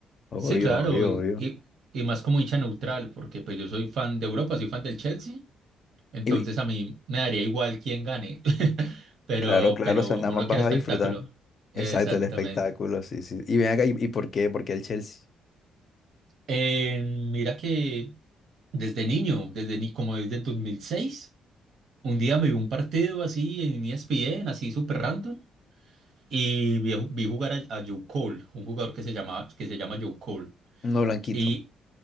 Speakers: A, on the left (about 50°); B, on the right (about 65°).
A: Obvio,
B: Sí, claro,
A: obvio,
B: y,
A: obvio.
B: y- y más como hincha neutral, porque pues yo soy fan de Europa, soy fan del Chelsea Entonces
A: Y,
B: a mí me daría igual quién gane, <laughs> pero,
A: Claro, claro,
B: pero
A: o sea, nada
B: uno
A: más vas
B: quiere
A: a
B: espectáculo.
A: disfrutar.
B: Exactamente.
A: Exacto, el espectáculo, sí, sí. Y ven acá, ¿y, y por qué? Porque el Chelsea,
B: Eh, mira que desde niño, desde ni como desde el 2006, un día me vi un partido así en ESPN, así súper random, y vi, vi jugar a, a Joe Cole, un jugador que se llama, que se llama Joe Cole.
A: no blanquito.
B: Y